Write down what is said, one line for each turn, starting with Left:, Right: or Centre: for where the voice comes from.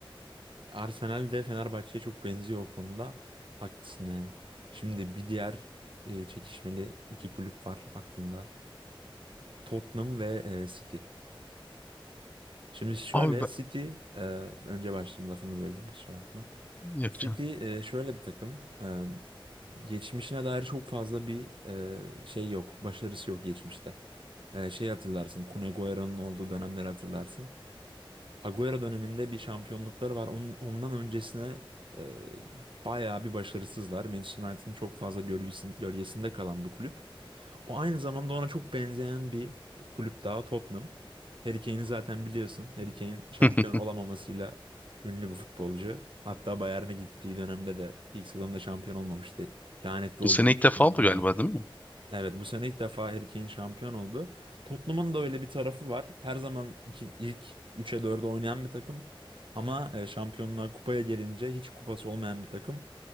Right: Arsenal de Fenerbahçe'ye çok benziyor o konuda. Haklısın yani. Şimdi bir diğer e, çekişmeli iki kulüp var aklımda. Tottenham ve e, City. Şimdi şöyle
Left: Abi ben
Right: City e, önce başlayayım lafını böldüm kusura bakma.
Left: yapacağım.
Right: City e, şöyle bir takım. E, geçmişine dair çok fazla bir e, şey yok. Başarısı yok geçmişte. E, şey hatırlarsın. Kun Agüero'nun olduğu dönemleri hatırlarsın. Agüero döneminde bir şampiyonlukları var. Onun, ondan öncesine e, bayağı bir başarısızlar. Manchester United'ın çok fazla gölgesinde, gölgesinde kalan bir kulüp. O aynı zamanda ona çok benzeyen bir kulüp daha Tottenham. Harry Kane'i zaten biliyorsun. Harry Kane şampiyon
Left: <laughs>
Right: olamamasıyla ünlü bir futbolcu. Hatta Bayern'e gittiği dönemde de ilk sezonda şampiyon olmamıştı. Lanetli olduğunu
Left: Bu sene ilk
Right: düşünenler
Left: defa oldu
Right: var.
Left: galiba değil mi?
Right: Evet bu sene ilk defa Harry Kane şampiyon oldu. Tottenham'ın da öyle bir tarafı var. Her zaman iki, ilk üçe 4'e oynayan bir takım. Ama e, şampiyonlar kupaya gelince hiç kupası olmayan bir takım.